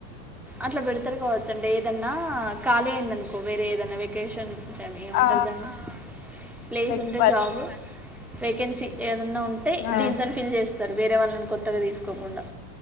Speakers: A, in the centre; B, on the left (about 60°).
A: అట్లా పెడతారు కావచ్చండి ఏదన్నా ఖాళీ అయింది అనుకో వేరే ఏదన్నా వెకేషన్ ఏమంటారు
B: ఆ
A: దాన్ని ప్లేస్
B: వెక్పాల్.
A: ఉంటే జాబ్ వేకెన్సీ ఏ ఉంటే
B: ఆ
A: దీంతోని ఫిల్ చేస్తారు వేరే వాళ్ళని కొత్తగా తీసుకోకుండా